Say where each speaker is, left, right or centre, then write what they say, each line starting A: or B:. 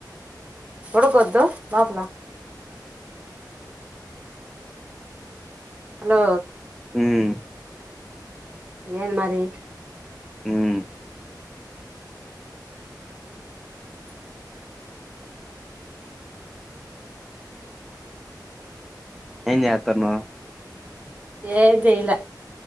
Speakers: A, on the right (about 20°); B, in the centre.
A: పడుకోద్దు లోపల హలో
B: మ్
A: ఏన్ మరి
B: మ్ ఎం చేతున్నావ్
A: ఏ చేయలే